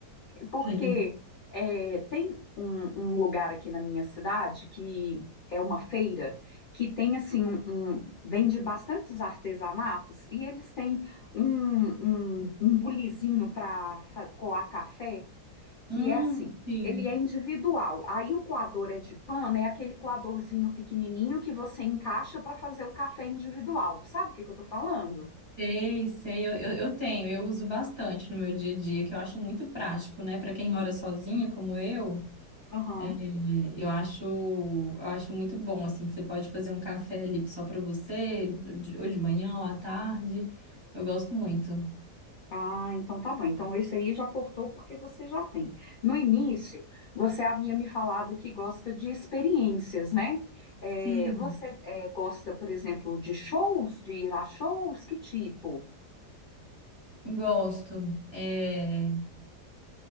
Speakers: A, on the left; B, on the right.
A: Porque
B: Sim.
A: é, tem um, um lugar aqui na minha cidade que é uma feira que tem assim um, um- vende bastantes artesanatos e eles têm um, um, um bulizinho para coar café que
B: Hum,
A: é assim.
B: sim,
A: Ele é individual. Aí o coador é de pano, é aquele coadorzinho pequenininho que você encaixa para fazer o café individual. Sabe o que que eu tô falando?
B: sei, sei, eu, eu, eu tenho, eu uso bastante no meu dia a dia, que eu acho muito prático, né? Para quem mora sozinho, como eu.
A: Aham.
B: É, eu acho, eu acho muito bom, assim, que você pode fazer um café ali só para você, de- ou de manhã ou à tarde. Eu gosto muito.
A: Ah, então tá bom. Então esse aí já cortou porque você já tem. No início, você havia me falado que gosta de experiências, né? É,
B: Sim,
A: você é, gosta, por exemplo, de shows, de ir a shows? Que tipo?
B: gosto. É,